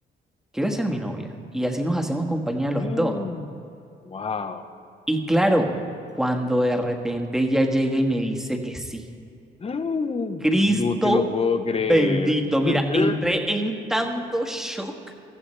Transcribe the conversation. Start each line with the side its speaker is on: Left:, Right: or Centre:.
Centre: ¿quieres ser mi novia? Y así nos hacemos compañía los
Left: Mm,
Centre: dos.
Left: Wow.
Centre: Y claro, cuando de repente ella llega y me dice que sí,
Left: Mm,
Centre: Cristo
Left: <gasps> No te lo puedo creer.
Centre: bendito,
Left: <laughs>
Centre: mira, entré en tanto shock